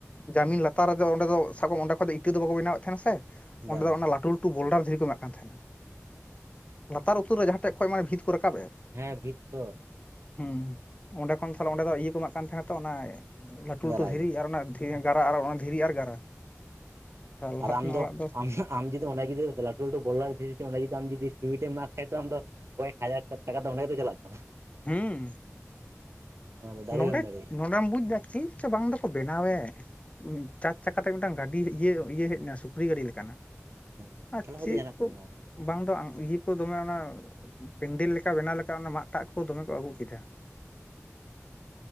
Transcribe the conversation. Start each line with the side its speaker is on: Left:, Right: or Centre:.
Left: ᱡᱟᱢᱤᱱ ᱞᱟᱛ ᱞᱟᱛᱟᱨ ᱨᱮᱫᱚ ᱚᱸᱰᱮ ᱫᱚ ᱥᱟᱵ ᱠᱟᱜ ᱢᱮ ᱚᱸᱰᱮ ᱠᱷᱚᱠ ᱫᱚ ᱤᱴᱟᱹ ᱫᱚ ᱵᱟᱠᱚ ᱵᱮᱱᱟᱣᱮᱫ ᱛᱟᱸᱦᱮᱱᱟ ᱥᱮ ᱚᱸᱰᱮ
Right: ᱵᱟᱝ
Left: ᱫᱚ ᱚᱱᱟ ᱞᱟᱴᱩ ᱞᱟᱴᱩ ᱵᱚᱞᱞᱰᱟᱨ ᱫᱷᱤᱨᱤ ᱠᱚ ᱢᱮᱱᱟᱜ ᱠᱟᱱ ᱛᱟᱦᱮᱱᱟ ᱞᱟᱛᱟᱨ ᱩᱛᱩᱨ ᱨᱮ ᱡᱟᱦᱟᱸᱴᱷᱮᱡ ᱠᱷᱚᱱ ᱢᱟᱱᱮ ᱵᱷᱤᱛ ᱠᱚ ᱨᱟᱠᱟᱵ ᱮᱜ ᱾
Right: ᱦᱮᱸ ᱵᱷᱤᱛ ᱛᱚ
Left: ᱦᱮᱸ ᱚᱸᱰᱮ ᱠᱷᱚᱱ ᱛᱟᱦᱞᱮ ᱚᱸᱰᱮ ᱫᱚ ᱤᱭᱟᱹ ᱠᱚ ᱮᱢᱟᱜ ᱠᱟᱱ ᱛᱟᱦᱮᱱᱟ ᱛᱚ ᱚᱱᱟ ᱞᱟᱹᱴᱩ
Right: ᱜᱟᱨᱟ
Left: ᱞᱟᱹᱴᱩ ᱫᱷᱤᱨᱤ
Right: ᱜᱮ
Left: ᱟᱨ ᱚᱱᱟᱼᱼ ᱜᱟᱨᱟ ᱟᱨ ᱚᱱᱟ ᱫᱷᱤᱨᱤ ᱟᱨ ᱜᱟᱨᱟ ᱞᱟᱦᱟ
Right: ᱟᱨ ᱟᱢ
Left: ᱛᱮᱱᱟᱜ
Right: ᱫᱚ
Left: ᱚᱲᱟᱜ
Right: ᱟᱢᱟᱜ ᱟᱢ ᱡᱫᱤ ᱚᱱᱟ ᱡᱫᱤ ᱞᱴᱩ ᱞᱟᱹᱴᱩ ᱜᱚᱞᱟᱨ ᱚᱱᱟ ᱡᱫᱤᱢ ᱡᱫᱤ ᱥᱤᱢᱴ ᱮᱢ ᱢᱟᱟᱜ ᱠᱷᱟᱭ ᱛᱚ ᱟᱢ ᱫᱚᱼᱼ ᱠᱚᱭᱮᱠ ᱦᱟᱡᱟᱨ ᱴᱟᱠᱟ ᱫᱚ ᱚᱸᱰᱮ ᱜᱮ ᱫᱚ ᱪᱟᱞᱟᱜ ᱛᱟᱢᱟ?
Left: ᱦᱮᱸ
Right: ᱚᱱᱟ ᱫᱚ ᱫᱟᱲᱮ
Left: ᱱᱚᱰᱮ
Right: ᱦᱚᱸᱢ ᱫᱟᱲᱮᱭᱟᱜᱼᱟ
Left: ᱱᱚᱰᱮᱢ ᱵᱩᱡᱽ ᱮᱫᱟ ᱪᱮᱫ ᱪ ᱵᱟᱝ ᱫᱚᱠᱚ ᱵᱮᱱᱟᱣᱮᱫ᱾ ᱪᱟᱨ ᱪᱟᱠᱟ ᱠᱟᱛᱮᱜ ᱢᱤᱫᱴᱟᱝ ᱜᱟᱹᱰᱤ ᱤᱭᱟᱹ ᱦᱮᱡ ᱮᱱᱟ ᱥᱩᱠᱨᱤ ᱜᱟᱹᱰᱤ ᱞᱮᱠᱟᱱᱟᱜ᱾
Right: ᱦᱮᱸ
Left: ᱟᱪᱪᱷ
Right: ᱛᱟᱦᱚᱞᱮ ᱦᱚᱭᱛᱳ ᱡᱟᱦᱟᱱᱟᱜ
Left: ᱠᱚ
Right: ᱵᱮᱱᱟᱣ ᱜᱮᱭᱟ᱾
Left: ᱵᱟᱝ ᱫᱚ ᱤᱭᱟᱹ ᱠᱚ ᱫᱚᱢᱮ ᱚᱱᱟ ᱯᱮᱱᱰᱮᱞ ᱞᱮᱠᱟ ᱵᱮᱱᱟᱣ ᱞᱮᱠᱟ ᱚᱱᱟ ᱢᱟᱟᱜ ᱫᱟᱜ ᱠᱚ ᱫᱚᱢᱮ ᱠᱚ ᱟᱹᱜᱩ ᱠᱮᱫᱟ᱾